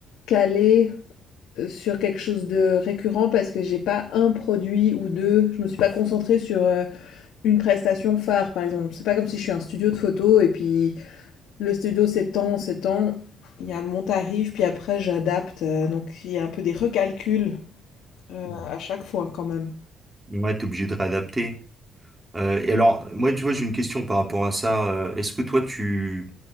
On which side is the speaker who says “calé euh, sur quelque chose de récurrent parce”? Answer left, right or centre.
Left